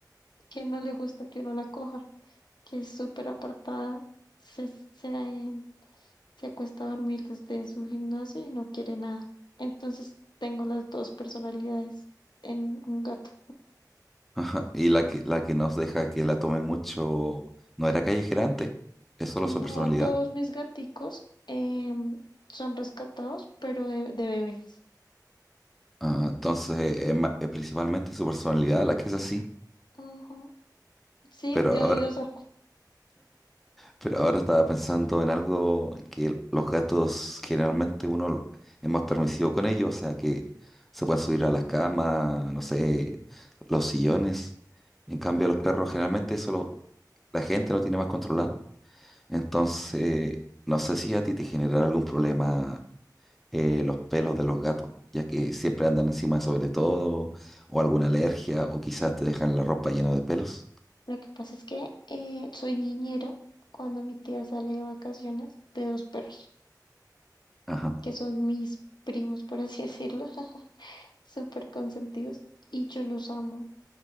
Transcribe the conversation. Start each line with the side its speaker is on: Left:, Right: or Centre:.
Left: que no le gusta que uno la coja, que es súper apartada, se, se, se acuesta a dormir desde su gimnasio y no quiere nada. Entonces tengo las dos personalidades en un gato.
Centre: Ajá. Y la que, la que nos deja que la tomen mucho, no era callejera antes, es solo
Left: No
Centre: su personalidad.
Left: todos mis gaticos em, son rescatados, pero de, de bebés.
Centre: Ah, entonces eh, es, ma- es principalmente su personalidad la que es así,
Left: Ujú. Sí,
Centre: pero
Left: de
Centre: ahora,
Left: odiosa.
Centre: pero ahora estaba pensando en algo que los gatos generalmente uno es más permisivo con ellos, o sea que se pueden subir a las camas, no sé, los sillones. En cambio, los perros generalmente eso lo- la gente lo tiene más controlado. Entonces, no sé si a ti te genera algún problema eh, los pelos de los gatos, ya que siempre andan encima sobre todo, o alguna alergia, o quizás te dejan la ropa llena de pelos.
Left: Lo que pasa es que eh, soy niñera cuando mi tía sale de vacaciones de dos perros,
Centre: Ajá.
Left: que son mis primos, por así decirlo, <laughs> súper consentidos, y yo los amo.